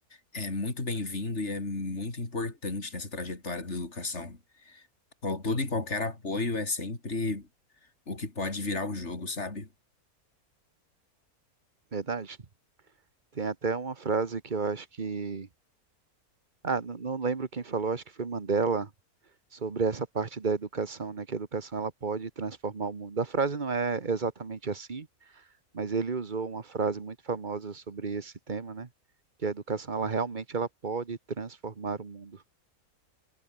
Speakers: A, on the left (about 45°); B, on the right (about 35°).
A: é muito bem-vindo e é muito importante nessa trajetória da educação. Qual- Todo e qualquer apoio é sempre o que pode virar o jogo, sabe?
B: Verdade. Tem até uma frase que eu acho que. Ah, n- não lembro quem falou, acho que foi Mandela, sobre essa parte da educação, né? Que a educação ela pode transformar o mundo. A frase não é exatamente assim, mas ele usou uma frase muito famosa sobre esse tema, né? Que a educação ela realmente ela pode transformar o mundo.